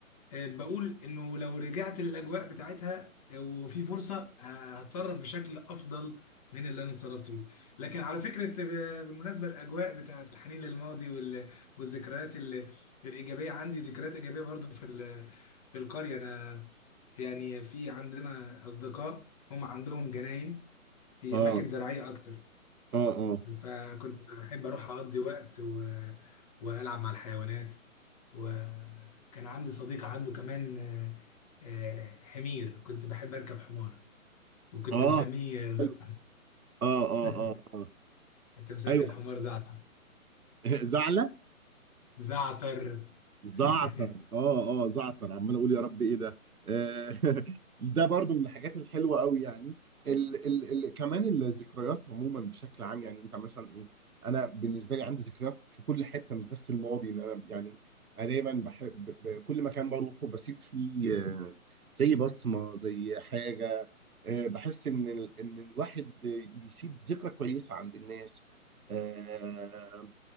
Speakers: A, on the left (about 25°); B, on the right (about 85°).
A: آه، بقول انه لو رجعت للاجواء بتاعتها آه، وفي فرصه آه، هتصرف بشكل افضل من اللي انا اتصرفت بيه لكن على فكره آه، بالمناسبه الاجواء بتاعت الحنين للماضي وال- والذكريات ال- الايجابيه عندي ذكريات ايجابيه برضه في ال- في القريه انا يعني في عندنا اصدقاء هم عندهم جناين في
B: اه
A: اماكن زراعيه اكتر
B: اه اه
A: فكنت بحب اروح اقضي وقت و... والعب مع الحيوانات وكان عندي صديق عنده كمان آه، آه، حمير كنت بحب اركب حمار وكنت
B: اه
A: مسميه زعتر
B: حلو. اه اه
A: <laughs>
B: اه اه
A: كنت مسمي
B: ايوه
A: الحمار زعتر
B: <laughs> زعلة
A: زعتر
B: زعتر
A: <laughs>
B: اه اه زعتر عمال اقول يا رب ايه ده آه، <laughs> ده برضو من الحاجات الحلوه قوي يعني ال ال ال كمان الذكريات عموما بشكل عام يعني انت مثلا ايه انا بالنسبه لي عندي ذكريات في كل حته مش بس الماضي ان انا يعني انا دايما بحب ب- ب- كل مكان بروحه بسيب فيه آه، زي بصمه زي حاجه آه، بحس ان ال- ان الواحد يسيب ذكرى كويسه عند الناس آه،